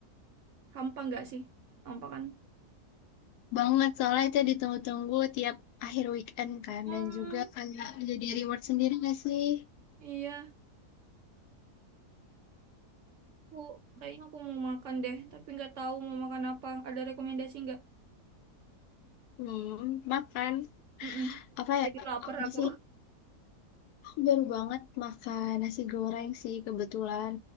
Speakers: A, on the right; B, on the left.
A: Hampa nggak sih? Hampa kan?
B: Banget, soalnya itu ditunggu-tunggu tiap akhir weekend
A: Hmm,
B: kan. Dan juga kayak jadi reward sendiri gak sih?
A: iya, aku kayaknya aku mau makan deh, tapi nggak tahu mau makan apa. Ada rekomendasi nggak?
B: Hmm, makan.
A: Mm-mm.
B: Apa
A: Jadi
B: ya?
A: lapar
B: Apa
A: aku.
B: sih? Aku baru banget makan nasi goreng sih kebetulan.